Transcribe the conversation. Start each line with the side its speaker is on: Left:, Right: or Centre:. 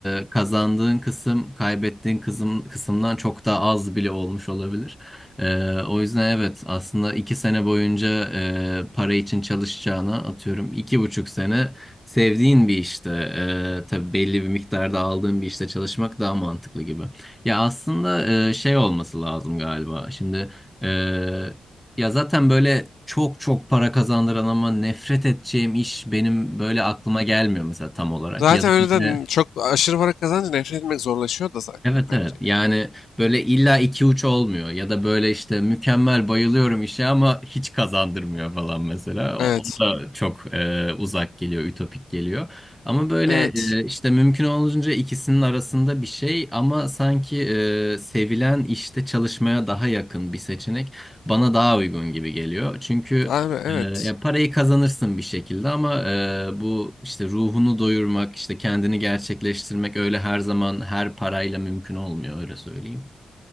Centre: e, kazandığın kısım kaybettiğin kısım, kısımdan çok daha az bile olmuş olabilir. Ee, o yüzden evet aslında iki sene boyunca e, para için çalışacağına atıyorum iki buçuk sene sevdiğin bir işte e, tabii belli bir miktarda aldığın bir işte çalışmak daha mantıklı gibi. Ya aslında e, şey olması lazım galiba şimdi e, ya zaten böyle çok çok para kazandıran ama nefret edeceğim iş benim böyle aklıma gelmiyor mesela tam olarak
Left: Zaten
Centre: ya da
Left: öyle
Centre: işte
Left: de çok aşırı para kazanınca nefret etmek zorlaşıyor da zaten
Centre: Evet
Left: bence.
Centre: evet yani böyle illa iki uç olmuyor ya da böyle işte mükemmel bayılıyorum işe ama hiç kazandırmıyor falan mesela o,
Left: Evet.
Centre: o da çok e, uzak geliyor ütopik geliyor ama böyle
Left: Evet.
Centre: e, işte mümkün olunca ikisinin arasında bir şey ama sanki e, sevilen işte çalışmaya daha yakın bir seçenek bana daha uygun gibi geliyor çünkü
Left: Abi evet.
Centre: ee, ya parayı kazanırsın bir şekilde ama e, bu işte ruhunu doyurmak, işte kendini gerçekleştirmek öyle her zaman her parayla mümkün olmuyor öyle söyleyeyim.